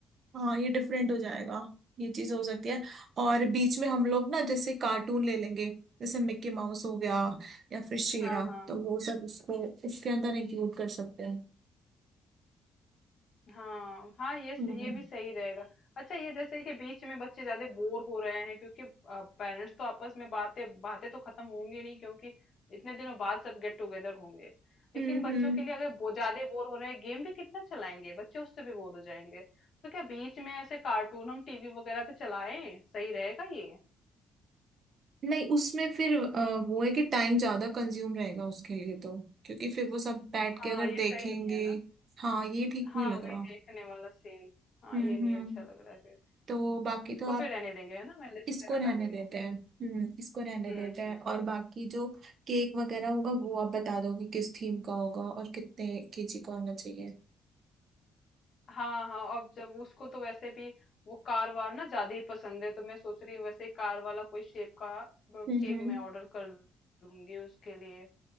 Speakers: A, on the right; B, on the left.
A: हाँ ये डिफरेंट हो जाएगा ये चीज हो सकती है और बीच में हम लोग ना जैसे कार्टून ले लेंगे जैसे मिक्की माउस हो गया या फिर शेरा
B: हाँ हाँ
A: तो वो सब उसको इसके अंदर इंक्लूड कर सकते हैं
B: हाँ हाँ ये स-
A: हम्म
B: ये भी सही रहेगा अच्छा ये जैसे कि बीच में बच्चे ज्यादा बोर हो रहे हैं क्योंकि पेरेंट्स तो आपस में बातें बातें तो खत्म होंगी नहीं क्योंकि इतने दिनों बाद सब गेट टुगेदर होंगे
A: हम्म
B: लेकिन बच्चों
A: हम्म।
B: के लिए अगर बो, ज्यादा बोर हो रहे हैं गेम भी कितना चलाएंगे बच्चे उससे भी बोर हो जाएंगे तो क्या बीच में ऐसे कार्टून हम टीवी वगैरह पे चलाएं सही रहेगा ये
A: नहीं उसमें फिर अ, वो है कि टाइम ज्यादा कंज्यूम रहेगा उसके लिए तो क्योंकि फिर वो सब बैठ
B: हाँ
A: के अगर
B: ये
A: देखेंगे
B: सही नहीं है ना
A: हाँ ये ठीक
B: हाँ
A: नहीं लग
B: वही
A: रहा
B: देखने वाला सीन हाँ
A: हम्म
B: ये नहीं
A: हम्म
B: अच्छा लग रहा है फिर
A: तो बाकी
B: इसको
A: तो आप
B: फिर रहने देंगे है ना मैं लिस्ट
A: इसको
B: से हटा
A: रहने
B: दे रही
A: देते
B: हूँ
A: हैं हम्म इसको रहने
B: हम्म
A: देते
B: हम्म
A: हैं और बाकी जो केक वगैरह होगा वो आप बता दोगे किस थीम का होगा और कितने केजी का होना चाहिए
B: हाँ हाँ अब जब उसको तो वैसे भी वो कार वार ना ज्यादा ही पसंद है तो मैं सोच रही हूँ वैसे ही कार वाला कोई शेप का केक
A: हम्म हम्म
B: मैं ऑर्डर कर लूंगी उसके लिए